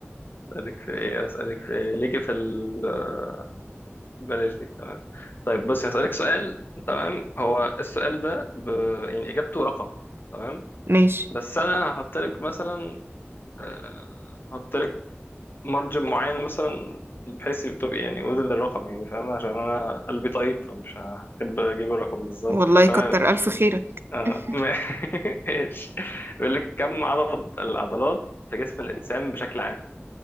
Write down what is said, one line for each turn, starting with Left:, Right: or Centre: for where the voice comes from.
Left: أسألك في إيه أسألك في إيه ليكي في ال آه، بلاش دي تمام طيب بص هسألك سؤال تمام هو السؤال ده ب... يعني إجابته رقم تمام
Right: ماشي
Left: بس أنا هحط لك مثلا آه، هحط مارجن معين مثلا بحيث تبقى يعني وزن الرقم يعني فاهم عشان انا قلبي طيب فمش هحب اجيب الرقم بالظبط
Right: والله
Left: فتمام
Right: كتر
Left: يعني
Right: الف خيرك
Left: آه،
Right: <laughs>
Left: ماشي <laughs> بيقول لك كم عدد العضلات في جسم الانسان بشكل عام